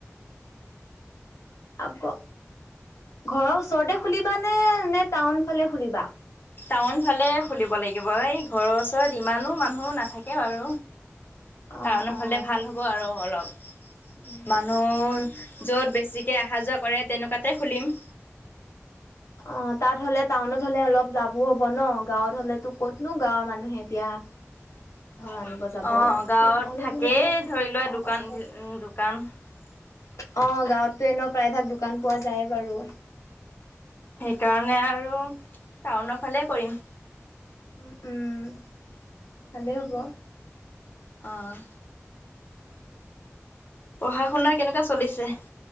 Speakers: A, on the left; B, on the left.
A: আকৌ ঘৰৰ ওচৰতে খুলিবা নে নে টাউন ফালে খুলিবা।
B: টাউন ফালে খুলিব লাগিব এই ঘৰৰ ওচৰত ইমানো মানুহ নাথাকে বাৰু।
A: অ
B: টাউনৰ
A: অ
B: ফালে ভাল হ'ব আৰু অলপ,
A: উম
B: মানুহ। য'ত বেছিকৈ অহা যোৱা কৰে তেনেকুৱাতে খুলিম।
A: অঁ, তাত হ'লে টাউনত হলে অলপ লাভো হব ন গাঁৱত হলেতো ক'তনো গাঁৱৰ মানুহে এতিয়া।
B: <unintelligible>
A: ধৰ আনিব যাব এতিয়া
B: অঁ, গাঁৱত
A: টাউনত
B: থাকেই
A: হ'লে অলপ
B: ধৰি লোৱা
A: লাভ
B: দোকান
A: আছে।
B: দোকান। <unintelligible>
A: অঁ, গাঁৱততো এনে প্ৰায়ভাগ দোকান পোৱা যায় বাৰু।
B: সেইকাৰণে আৰু, টাউনৰ ফালে কৰিম।
A: উম উম! ভালে, হ'ব।
B: আহঁ! পঢ়া শুনা কেনেকুৱা চলিছে?